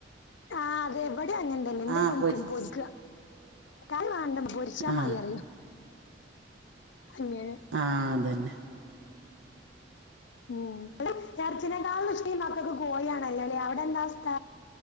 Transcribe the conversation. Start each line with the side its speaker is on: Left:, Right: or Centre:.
Left: ആഹ് അതെ ഇവിടെ അങ്ങനെ തന്നെയാ എന്റെ
Right: ആ
Left: മോന്ക്കും
Right: പൊരി
Left: പൊരിക്ക കറി വേണ്ട മ്മ പൊരിച്ചാ
Right: ആ
Left: മതിറയൂ അങ്ങിനെ
Right: ആഹ് അതന്നെ
Left: ഉം ഇവിടെ എറച്ചിനേക്കാളും ഇഷ്ട്ടെ മക്കക്ക് കോഴിയാണല്ലല്ലേ അവിടെ എന്താവസ്ഥ